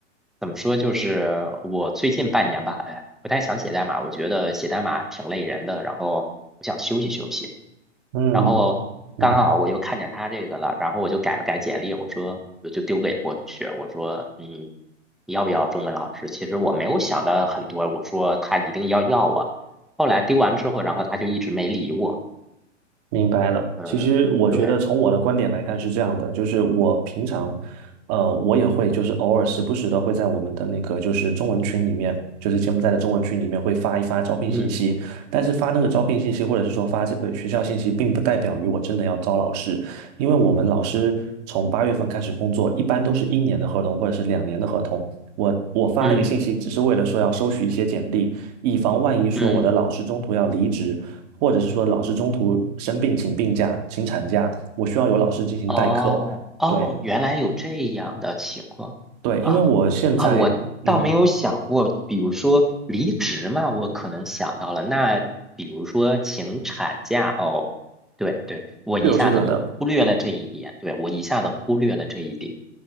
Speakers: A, in the centre; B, on the right.
A: 怎么说，就是我最近半年吧，哎，不太想写代码，我觉得写代码挺累人的，然后我想休息休息。
B: 嗯，
A: 然后刚好我又看见他这个了，
B: 明白。
A: 然后我就改了改简历，我说我就丢给过去，我说嗯，你要不要中文老师？其实我没有想到很多，我说他一定要要我。后来丢完之后，然后他就一直没理我。
B: 明白了。
A: 嗯，
B: 其实我觉得从我的观点来看是这样的，
A: 对，
B: 就是我平常，呃，我也会就是偶尔时不时的会在我们的那个就是中文群里面，就是柬埔寨的中文群里面会发一发招聘信息。
A: 嗯
B: 但是发那个招聘信息或者是说发这个学校信息，并不代表于我真的要招老师，因为我们老师从八月份开始工作，一般都是一年的合同或者是两年的合同。我我发那个信息只是为了说要收取一些简历，
A: 嗯
B: 以防万一说我的老师中途要离职。
A: 嗯。
B: 或者是说老师中途生病请病假、请产假，我需要有老师进行代课。
A: 哦哦，
B: 对
A: 原来有这样的情况啊
B: 对，因为我现在嗯
A: 啊！我倒没有想过，比如说离职嘛，我可能想到了。那比如说请产假哦，对对，我一下子忽略了这一点，
B: 是有这个的，
A: 对，我一下子忽略了这一点。